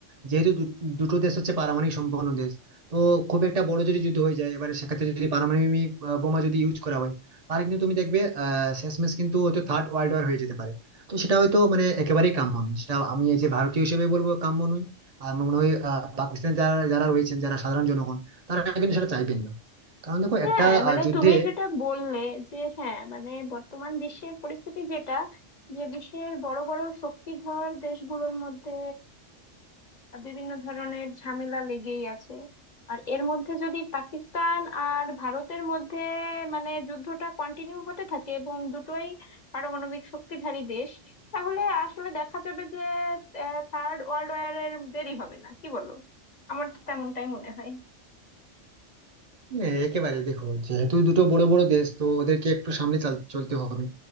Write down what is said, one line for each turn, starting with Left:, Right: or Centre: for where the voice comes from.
Right: যেহেতু দু- দুটো দেশ হচ্ছে পারমাণবিক সম্পন্ন দেশ তো খুব একটা বড় যদি যুদ্ধ হয়ে যায় এবারে সেক্ষেত্রে যদি পারমাণবিক আহ, বোমা যদি ইউজ করা হয় তাহলে কিন্তু তুমি দেখবে আহ শেষমেশ কিন্তু হয়তো থার্ড ওয়ার্ল্ড ওয়ার হয়ে যেতে পারে তো সেটা হয়তো মানে একেবারেই কাম্য নয় সেটা আমি এই যে ভারতীয় হিসেবে বলবো কাম্য নয় আর আমার মনে হয় আহ, পাকিস্তানে যারা যারা রয়েছেন যারা সাধারণ জনগণ তারা কিন্তু সেটা চাইবেন না কারণ দেখো
Left: হ্যাঁ
Right: একটা
Left: মানে
Right: আহ, যুদ্ধে
Left: তুমি যেটা বললে যে হ্যাঁ মানে বর্তমান বিশ্বের পরিস্থিতি যেটা যে বিশ্বের বড় বড় শক্তিধর দেশগুলোর মধ্যে বিভিন্ন ধরনের ঝামেলা লেগেই আছে আর এর মধ্যে যদি পাকিস্তান আর ভারতের মধ্যে মানে যুদ্ধটা কন্টিনিউ হতে থাকে এবং দুটোই পারমাণবিক শক্তিধারী দেশ তাহলে আসলে দেখা যাবে যে থার্ড ওয়ার্ল্ড ওয়ার এর দেরি হবে না কি বলো আমার তো তেমনটাই মনে হয়
Right: হ্যাঁ, একেবারে দেখো যেহেতু দুটো বড় বড় দেশ তো ওদেরকে একটু সামনে চাল- চলতে হবে